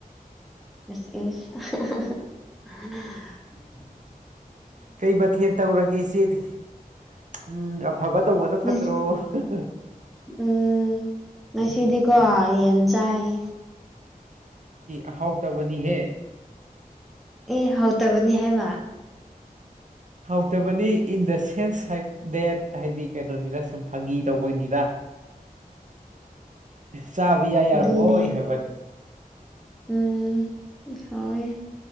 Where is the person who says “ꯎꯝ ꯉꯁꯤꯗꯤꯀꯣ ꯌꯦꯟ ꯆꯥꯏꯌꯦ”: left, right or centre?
Centre